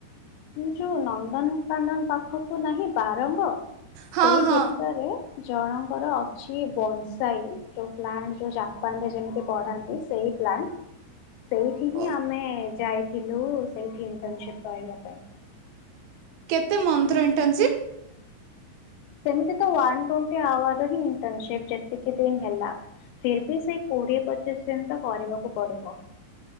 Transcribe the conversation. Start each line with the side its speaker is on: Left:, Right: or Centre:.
Left: ମୁ ଯୋଉଁ ନନ୍ଦନ କାନନ ପାଖକୁ ନାହିଁ ବାରଙ୍ଗ।
Right: ହଁ
Left: ସେଇ
Right: ହଁ
Left: ଭିତରେ ଜଣଙ୍କର ଅଛି ବନ୍ସ୍। <unintelligible> ଯୋଉ ପ୍ଲାଣ୍ଟ୍। ଯୋଉ ଜାପାନ ରେ ଯେମିତି ପଢ଼ାନ୍ତି, ସେଇ ପ୍ଲାଣ୍ଟ୍। ସେଇଠି ହିଁ
Right: ଓ
Left: ଆମେଁ। ଯାଇଥିଲୁ, ସେଇଠି ଇଣ୍ଟର୍ନସିପ୍ କରିବା ପାଇଁ।
Right: କେତେ ମନ୍ଥ୍ ର ଇଣ୍ଟର୍ନସିପ୍?
Left: ସେମିତି ତ ୱାନ୍ ଟୋନ୍ତି ଆୱାର୍ ର ହି ଇଣ୍ଟର୍ନସିପ୍ ଯେତିକି ଦିନ ହେଲା, ଫିର ବି ସେଇ କୋଡିଏ ପଚିଶ୍ ଦିନ୍ ତ କରିବାକୁ ପଡିବ।